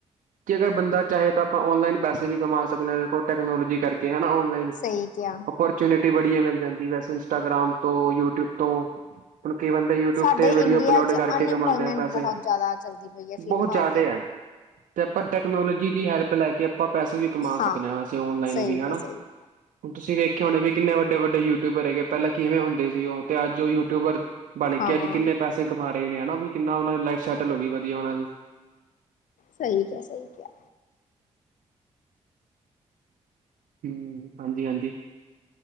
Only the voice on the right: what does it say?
ਕਿ ਅਗਰ ਬੰਦਾ ਚਾਹੇ ਤਾਂ ਆਪਾਂ ਔਨਲਾਈਨ ਪੈਸੇ ਵੀ ਕਮਾ ਸਕਦੇ ਹਾਂ ਵੇਖੋ ਟੈਕਨੋਲੋਜੀ ਕਰਕੇ ਹਨਾ ਔਨ <unintelligible>
<unintelligible> ਚੁਨਿਟੀ ਬੜੀਆ ਮਿਲ ਜਾਂਦੀ ਵੈਸੇ ਇੰਸਟਾਗ੍ਰਾਮ ਤੋਂ ਯੂਟਿਊਬ ਤੋਂ <unintelligible> ਕਈ ਯੂਟਿਊਬ
ਤੇ ਵੀਡੀਓ
ਅਪਲੋਡ
ਕਰਕੇ
ਕਮਾਂਦੇ ਆ ਪੈਸੇ
ਬਹੁਤ ਜ਼ਿਆਦੇ
ਐ ਤੇ ਆਪਾਂ ਟੈਕਨੋਲੋਜੀ ਦੀ ਹੈਲਪ ਲੈ ਕੇ ਅਪਾਂ ਪੈਸੇ ਵੀ ਕਮਾ
ਸਕਦੇ ਆਂ ਵੈਸੇ ਔਨਲਾਈਨ
ਵੀ
ਹੈਨਾ।
ਹੁਣ ਤੁਸੀਂ ਵੇਖੈ ਹੋਣੇ ਵੀ ਕਿੰਨੇ ਵੱਡੇ ਵੱਡੇ ਯੂਟਿਊਬਰ ਹੈਗੇ ਪੈਹਲਾਂ ਕਿਵੇਂ ਹੁੰਦੇ ਸੀ ਤੇ ਔਹ ਅੱਜ ਔ ਯੂਟਿਊਬਰ ਬਣ ਕੇ
ਅੱਜ ਕਿੰਨੇ ਪੈਸੇ ਕਮਾ ਰੇ ਨੇ ਹਨਾ ਵੀ ਕਿੰਨਾ ਔਨਾਂ ਦੀ ਲਾਈਫ ਸੈਟਲ ਹੋ ਗਈ ਵਧੀਆ ਔਨਾਂ ਦੀ।
ਹਮ ਹਾਂਜੀ ਹਾਂਜੀ